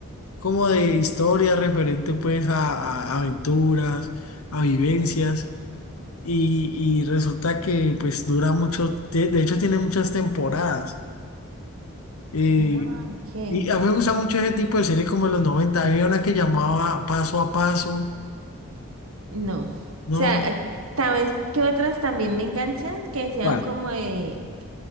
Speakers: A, on the left; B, on the right.
A: como de historia referente pues a, a aventuras, a vivencias y, y resulta que pues dura mucho, de, de hecho tiene muchas temporadas. eh,
B: Ah, ok.
A: y a mí me gusta mucho ese tipo de series como de los 90 había una que llamaba Paso a Paso,
B: No. O
A: ¿no?
B: sea, tal vez que otras también me enganchan, que sean
A: Bueno,
B: como de